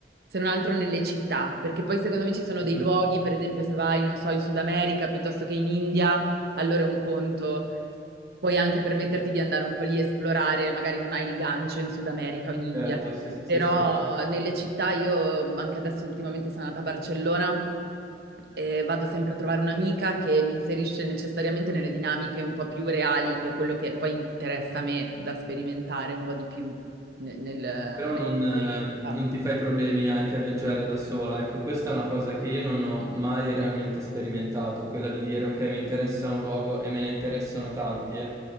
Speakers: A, on the right (about 60°); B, on the right (about 20°).
A: se non altro nelle città, perché poi secondo me ci sono dei
B: Mm.
A: luoghi, per esempio se vai, non so, in Sud America piuttosto che in India, allora è un conto puoi anche permetterti di andare un po' lì e esplorare, magari non hai il gancio in Sud America o in India,
B: Certo, sì, sì,
A: però
B: sì, sì.
A: nelle città io anche adesso ultimamente sono andata a Barcellona e vado sempre a trovare un'amica che mi inserisce necessariamente nelle dinamiche un po' più reali, che è quello che poi interessa a me da sperimentare un po' di più ne- nel-
B: Però
A: nell'esperienza.
B: non, ehm, non ti fai problemi anche a viaggiare da sola, ecco, questa è una cosa che io non ho mai realmente sperimentato, quella di dire ok, mi interessa un luogo e me ne interessano tanti, eh,